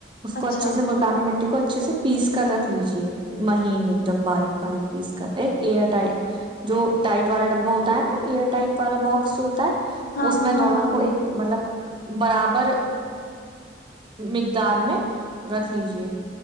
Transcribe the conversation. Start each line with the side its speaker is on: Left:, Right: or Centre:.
Right: اس کو
Left: اچھا
Right: اچھے سے ملتانے میں کو اچھے سے پیس کر رکھ لیجے مہین ایک دم باریک باریک پیس کر ایک ایئر ٹائٹ جو ٹائٹ والا ڈبا ہوتا ہے نا ایئر ٹائٹ والا باکس جو ہوتا ہے
Left: ہاں
Right: اس میں
Left: ہاں
Right: دونوں
Left: ہاں
Right: کو ایک مطلب برابر مقدار میں رکھ لیجے